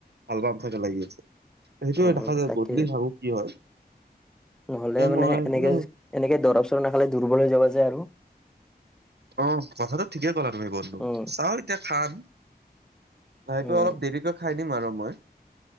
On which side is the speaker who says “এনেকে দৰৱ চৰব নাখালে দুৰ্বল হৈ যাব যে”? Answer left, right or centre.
Centre